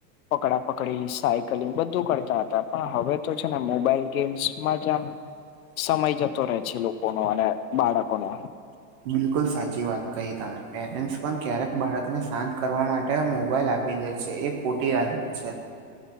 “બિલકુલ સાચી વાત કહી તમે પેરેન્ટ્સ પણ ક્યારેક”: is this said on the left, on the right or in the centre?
Right